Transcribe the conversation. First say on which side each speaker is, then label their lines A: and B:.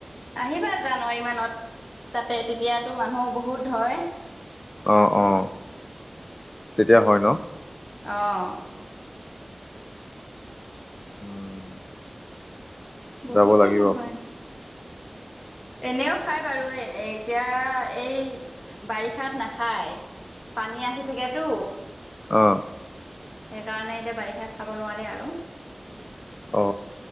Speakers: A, on the left (about 15°); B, on the left (about 35°).
A: আহিবা জানুৱাৰী মানত তাতে তেতিয়াতো মানুহ বহুত হয়।
B: অঁ অ, তেতিয়া হয় ন।
A: অঁ।
B: উম।
A: বহুত
B: যাব লাগিব
A: মানুহ হয়। এনেও খায় বাৰু এতিয়া এই বাৰিষাত নাখায়। পানী আহি থাকেতো।
B: অঁ।
A: সেইকাৰণে এতিয়া বাৰিষাত খাব নোৱাৰে আৰু।
B: অ